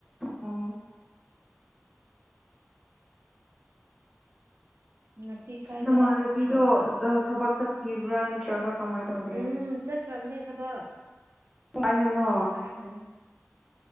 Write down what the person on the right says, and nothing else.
ꯉꯁꯤ ꯀꯥꯏꯗꯔꯥꯀꯣ
ꯃꯥꯅ ꯊꯥꯕꯗꯣ
ꯍꯥꯏꯔꯒ.
ꯎꯝ ꯆꯠꯈ꯭ꯔꯕꯅꯦ ꯊꯕꯛ
ꯋꯥꯔꯝꯃꯅꯤ